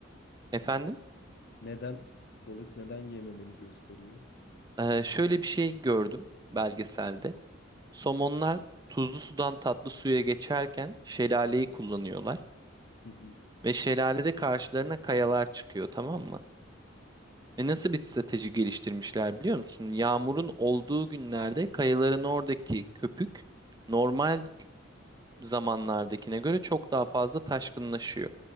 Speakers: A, on the right; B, on the left.
A: Efendim,
B: Neden? Balık neden yememeni gösteriyor?
A: Ee, şöyle bir şey gördüm belgeselde. Somonlar tuzlu sudan tatlı suya geçerken şelaleyi kullanıyorlar
B: Hı hı,
A: ve şelalede karşılarına kayalar çıkıyor tamam mı? E nasıl bir strateji geliştirmişler biliyor musun? Yağmurun olduğu günlerde kayaların oradaki köpük normal zamanlardakine göre çok daha fazla taşkınlaşıyor.